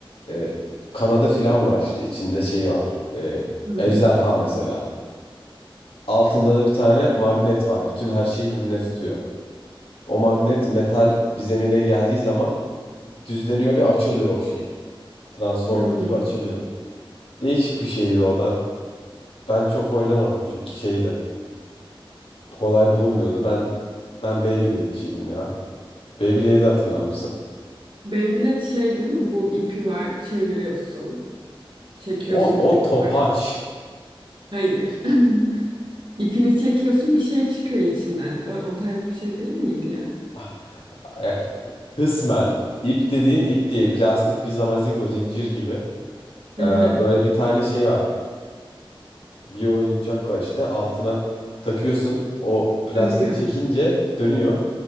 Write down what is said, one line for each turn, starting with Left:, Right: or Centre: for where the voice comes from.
Left: Ee, kanadı filan var işte. içinde şey var. Ee,
Right: Hı
Left: ejderha mesela. Altında da bir tane magnet var. Bütün her şeyi birbirine tutuyor. O magnet metal bir zemine geldiği zaman düzleniyor ve açılıyor o şey. Transformer
Right: hı.
Left: gibi açılıyor. Değişik bir şeydi o da. Ben çok oynamadım çünkü şeydi. Kolay bulunmuyordu. Ben ben Beyblade'ciydim ya. Beyblade'i hatırlar mısın?
Right: Beyblade şey değil mi? Bu ipi var, çeviriyorsun. Çekiyorsun
Left: O
Right: ipi.
Left: o topaç.
Right: var. Hayır. <laughs> İpini çekiyorsun, bir şey çıkıyor içinden. O, o tarz bir şey değil miydi ya?
Left: Ah, ya, Kısmen ip dediğin ip diye plastik bir zamazingo zincir gibi.
Right: Hı
Left: Ee,
Right: hı.
Left: böyle bir tane şey var. Bir oyuncak var işte altına takıyorsun. O plastiği
Right: Dönüyor.
Left: çekince dönüyor.